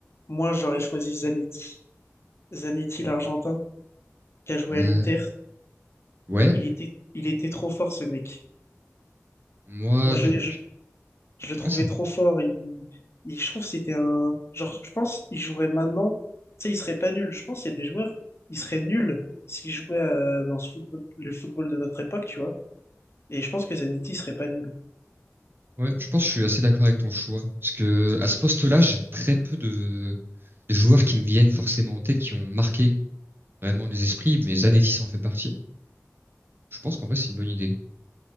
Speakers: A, on the left; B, on the right.
A: moi j'aurais choisi Zanetti. Zanetti, l'Argentin, qui a joué
B: Euh,
A: à l'Inter.
B: ouais,
A: Il était, il était trop fort, ce mec.
B: moi
A: Moi,
B: donc
A: je, je, je le trouvais
B: ouais, ça
A: trop fort. Il, il- je trouve que c'était un. Genre, je pense il jouerait maintenant. Tu sais, il serait pas nul. Je pense qu'il y a des joueurs, ils seraient nuls s'ils jouaient à- dans ce football, le football de notre époque, tu vois. Et je pense que Zanetti serait pas nul.
B: ouais, je pense que je suis assez d'accord avec ton choix parce que à ce poste-là, j'ai très peu de, de joueurs qui me viennent forcément en tête qui ont marqué vraiment les esprits, mais Zanetti en fait partie. Je pense qu'en vrai c'est une bonne idée.